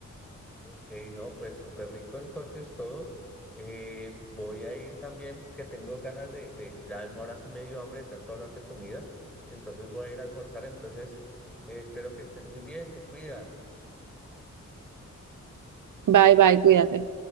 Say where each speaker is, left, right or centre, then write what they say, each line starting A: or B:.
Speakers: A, in the centre; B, on the right (about 80°).
A: Ok, no, pues súper rico entonces todo. Eh, voy a ir también, que tengo ganas de, de, ya ahora sí me dio hambre de tanto hablar de comida. Entonces voy a ir a almorzar. Entonces, eh, espero que estés muy bien, te cuidas.
B: Bye, bye, cuídate.